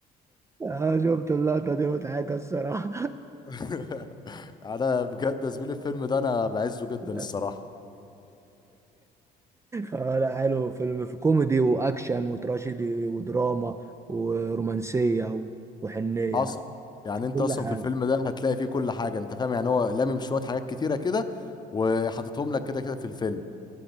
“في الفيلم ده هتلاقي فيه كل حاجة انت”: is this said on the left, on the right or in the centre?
Left